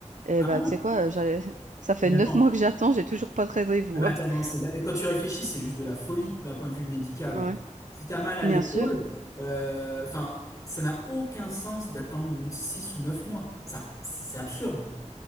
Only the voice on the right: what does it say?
Et
bah,
tu sais quoi, euh, j'a- <laughs> ça fait
neuf
mois que j'attends, j'ai toujours pas de rendez-vous.
<laughs>
Ouais.
Bien
sûr.